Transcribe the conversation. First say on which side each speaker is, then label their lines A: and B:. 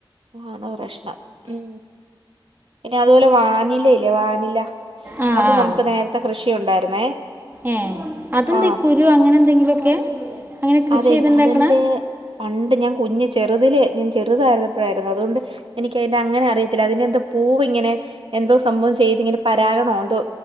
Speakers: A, on the right; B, on the right.
A: ആണ് പ്രശ്നം മ് പിന്നെ അതുപോലെ വാനില ഇല്ലേ വാനില
B: ആ
A: അത്
B: ആ
A: നമുക്ക് നേരത്തെ കൃഷി ഉണ്ടായിരുന്നേ
B: ഏ അതെന്ത്
A: ആഹ്
B: കുരു അങ്ങനെ എന്തെങ്കിലുമൊക്കെ അങ്ങനെ കൃഷി
A: അതെ
B: ചെയ്തുണ്ടാക്കണ
A: അതെന്റെ പണ്ട് ഞാൻ കുഞ്ഞേച്ച് ചെറുതില് ഞാൻ ചെറുതായിരുന്നപ്പോഴായിരുന്നു അതുകൊണ്ട് എനിക്ക് അയിന്റെ അങ്ങനെ അറിയത്തില്ല അതിന്റെ എന്താ പൂവിങ്ങനെ എന്തോ സംഭവം ചെയ്ത് ഇങ്ങനെ പരാഗണോ എന്തോ